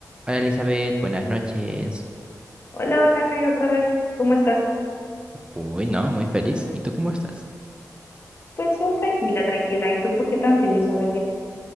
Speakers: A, on the right (about 15°); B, on the left (about 40°).
A: Hola Elizabeth, buenas noches.
B: Hola, hola, Jairo, otra vez. ¿Cómo estás?
A: Uy, no, muy feliz. ¿Y tú cómo estás?
B: Pues yo tranquila, tranquila. ¿Y tú por qué tan feliz? A ver, dime.